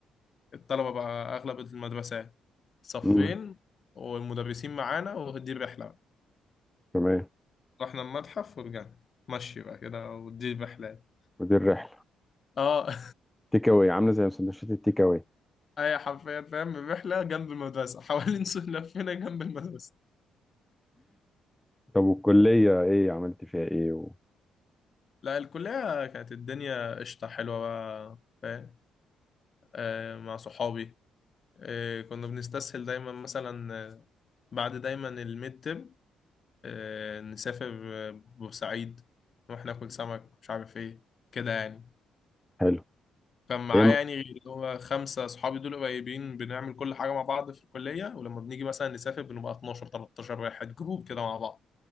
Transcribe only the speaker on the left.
الطلبة بقى أغلب المدرسة يعني صفين
والمدرسين معانا ودي الرحلة
رحنا المتحف ورجعنا مشي بقى كده ودي الرحلات
اه
<laughs> اي حرفيا فاهم الرحله جنب المدرسه <laughs> حوالين سور لفينا جنب المدرسه
لا الكلية كانت الدنيا قشطة حلوة بقى فاهم آه مع صحابي آه كنا بنستسهل دايما مثلا آه، بعد دايما الميد ترم آه نسافر آه، بورسعيد نروح ناكل سمك مش عارف ايه كده يعني
كان معاه
يعني غير اللي هو خمسة صحابي دول قريبين بنعمل كل حاجة مع بعض في الكلية ولما بنيجي مثلا نسافر بنبقى 12 13 واحد جروب كده مع بعض